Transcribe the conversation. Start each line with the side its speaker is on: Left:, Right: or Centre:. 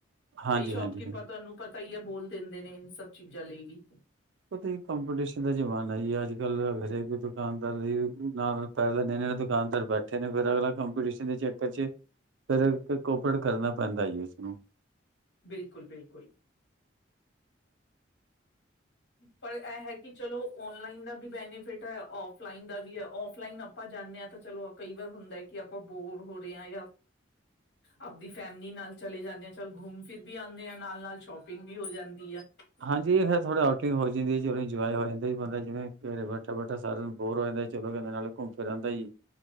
Right: ਹਾਂਜੀ
Left: ਕਈ ਸ਼ੋਪਕੀਪਰ
Right: ਹਾਂਜੀ ਹਾਂਜੀ
Left: ਤਵਾਨੂੰ ਪ ਤਾਂ ਹੀ ਐ ਬੋਲ ਦੇੰਦੇ ਨੇ ਇਨ ਸਭ ਚੀਜ਼ਾਂ ਲਈ ਵੀ
Right: ਓਹਤੇ ਕੰਪੀਟੀਸ਼ਨ ਦਾ ਜ਼ਮਾਨਾ ਜੀ ਅੱਜ-ਕੱਲ੍ਹ, ਹਰੇਕ ਦੁਕਾਨਦਾਰ ਲਈ, ਨਾਲ ਪੈਹਲਾਂ <unintelligible> ਦੁਕਾਨਦਾਰ ਬੈਠੇ ਨੇ, ਫਿਰ ਅਗਲਾ ਕੰਪੀਟੀਸ਼ਨ ਦੇ ਚੱਕਰ ਚ' ਪਰ ਤੇ ਕੋਪਰੇਟ ਕਰਨਾ ਪੈਂਦੈ ਜੀ, ਉਸਨੂੰ
Left: ਬਿਲਕੁਲ-ਬਿਲਕੁਲ ਵਿੱਚ ਪਰ ਐ ਹੈ ਕਿ ਕਿ ਚਲੋ ਔਨਲਾਈਨ ਦਾ ਵੀ ਬੈਨੀਫਿਟ ਹੈ, ਔਫਲਾਈਨ ਦਾ ਵੀ ਹੈ। ਔਫਲਾਈਨ ਆਪਾਂ ਜਾਨੇ ਹਾਂ ਤੇ ਚਲੋ ਕਈ ਵਾਰ ਹੁੰਦੈ ਕਿ ਆਪਾਂ ਬੋਰ ਹੋ ਰਹੇ ਹਾਂ ਯਾ ਆਪਦੀ ਫੈਮਲੀ ਨਾਲ ਚਲੇ ਜਾਨੇ ਆ, ਚਲ ਘੂੰਮ ਫਿਰ ਵੀ ਆਂਦੇ ਆ ਨਾਲ ਨਾਲ ਸ਼ੋਪਿੰਗ ਵੀ ਹੋ ਜਾਂਦੀ ਐ।
Right: ਹਾਂਜੀ, ਫੇਰ ਥੋੜਾ ਆਊਟਿੰਗ ਹੋ ਜਾਂਦੀ, ਜਿਵੇਂ ਇੰਜੋਯ ਹੋ ਜਾਂਦਾ। ਬੰਦਾ ਜਿਵੇਂ ਘਰੇ ਬੈਠਾ ਬੈਠਾ ਸਾਰਾ ਦਿਨ ਬੋਰ ਹੋ ਜਾਂਦਾ। ਚਲਾ ਜਾਂਦਾ ਨਾਲ ਘੁੰਮ ਫਿਰ ਆਂਦਾ ਈ ਏ।